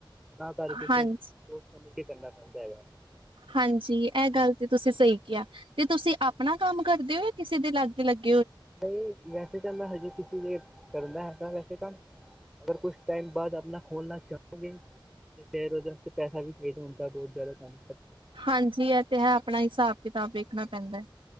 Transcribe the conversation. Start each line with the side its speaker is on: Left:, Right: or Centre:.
Centre: ਤਾਂ ਕਰਕੇ
Right: ਹਾਂਜੀ।
Centre: ਫੇਰ ਬੋਹਤ ਸਮਝ ਕੇ ਕਰਨਾ ਪੈਂਦਾ ਹੈਗਾ।
Right: ਹਾਂਜੀ ਆ ਗੱਲ ਤੇ ਤੁਸੀਂ ਸਹੀ ਕਿਹਾ। ਤੇ ਤੁਸੀਂ ਆਪਣਾ ਕੰਮ ਕਰਦੇ ੳ ਯਾ ਕਿਸੇ ਦੇ ਲਾਗੇ ਲੱਗ
Centre: ਬਈ ਵੈਸੇ ਤਾਂ ਮੈਂ ਹਜੇ ਕਿਸੇ ਦੇ ਕਰਦਾ ਹੈਗਾ ਵੈਸੇ ਕੰਮ ਪਰ ਕੁਛ ਟਾਈਮ ਬਾਅਦ ਆਪਨਾ ਖੋਲਣਾ ਚਾਹਵਾਂਗੇ ਤੇ ਫੇਰ ਉਹਦੇ ਵਾਸਤੇ ਪੈਸਾ ਵੀ ਚਾਹੀਦਾ ਹੁੰਦਾ ਬਹੁਤ ਜਾਦਾ ਕੰਮ
Right: ਹਾਂਜੀ ਇਹ ਤੇ ਹੈ ਆਪਣਾ ਹਿਸਾਬ-ਕਿਤਾਬ ਵੇਖ <unintelligible> ਪੈਂਦਾ।